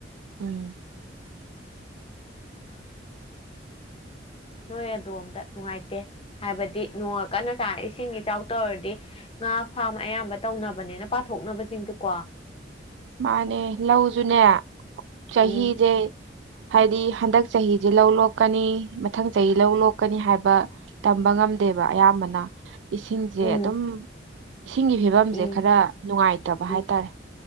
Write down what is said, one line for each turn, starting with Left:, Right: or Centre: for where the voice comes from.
Right: ꯎꯝ
Left: <inaudible> ꯅꯣꯏ ꯑꯗꯣꯝꯗ ꯅꯨꯡꯉꯥꯏꯇꯦ ꯍꯥꯏꯕꯗꯤ ꯅꯣꯡꯒ ꯀꯟꯅ ꯇꯥꯔ ꯏꯁꯤꯡ ꯏꯆꯥꯎ ꯇꯧꯔꯗꯤ ꯉꯥ ꯐꯥꯝ ꯑꯌꯥꯝꯕ ꯇꯧꯅꯕꯅꯦꯅ ꯄꯥꯊꯣꯛꯅꯕꯖꯤꯡꯗꯨꯀꯣ
Right: ꯃꯥꯅꯦ ꯂꯧꯖꯨꯅꯦ ꯆꯍꯤꯖꯦ
Left: ꯎꯝ
Right: ꯍꯥꯏꯗꯤ ꯍꯟꯗꯛ ꯆꯍꯤꯖꯦ ꯂꯧ ꯂꯣꯛꯀꯅꯤ ꯃꯊꯪ ꯆꯍꯤ ꯂꯧ ꯂꯣꯛꯀꯅꯤ ꯍꯥꯏꯕ ꯇꯝꯕ ꯉꯝꯗꯦꯕ ꯑꯌꯥꯝꯕꯅ ꯏꯁꯤꯡꯖꯦ
Left: ꯎꯝ
Right: ꯑꯗꯨꯝ ꯏꯁꯤꯡꯒꯤ ꯐꯤꯕꯝꯖꯦ
Left: ꯎꯝ
Right: ꯈꯔ ꯅꯨꯡꯉꯥꯏꯇꯕ
Left: ꯎꯝ
Right: ꯍꯥꯏꯇꯥꯔꯦ